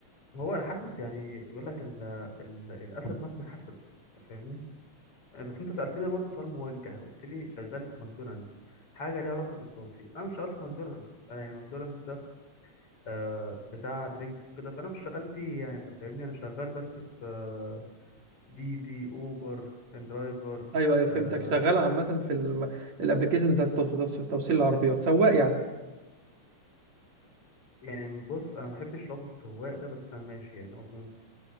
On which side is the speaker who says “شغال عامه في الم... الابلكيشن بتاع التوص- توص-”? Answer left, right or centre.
Right